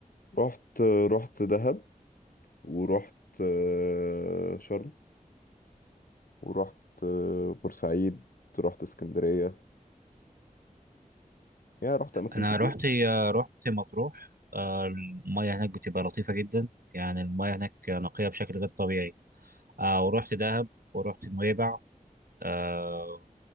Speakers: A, on the left (about 75°); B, on the right (about 85°).
A: رحت رحت دهب ورحت آه، شرم ورحت آه، بورسعيد رحت اسكندرية يعني رحت اماكن
B: انا
A: كتير
B: رحت رحت مطروح آه، المياه هناك بتبقى لطيفه جدا يعني المياه هناك نقيه بشكل غير طبيعي آه، ورحت دهب ورحت نويبع آه،